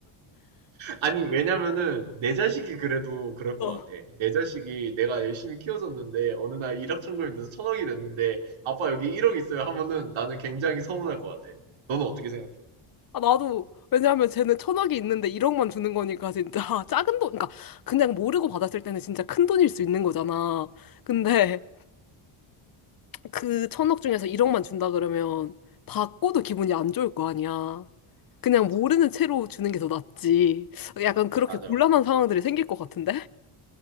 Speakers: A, on the right (about 65°); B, on the left (about 45°).
A: <laughs> 아니, 왜냐면은 내 자식이 그래도 그럴 것
B: 어.
A: 같아. 내 자식이 내가 열심히 키워줬는데 어느 날 일확천금이 돼서 천억이 됐는데 아빠 여기 1억 있어요 하면은 나는 굉장히 서운할 것 같아. 너는 어떻게 생각해?
B: 아, 나도, 왜냐하면 쟤는 천억이 있는데 1억만 주는 거니까 진짜 <laughs> 작은 돈, 그러니까 그냥 모르고 받았을 때는 진짜 큰 돈일 수 있는 거잖아. 근데 그 천억 중에서 1억만 준다 그러면 받고도 기분이 안 좋을 거 아니야. 그냥
A: 맞아.
B: 모르는 채로 주는 게 더 낫지. 약간 그렇게
A: 맞아.
B: 곤란한 상황들이 생길 것 같은데?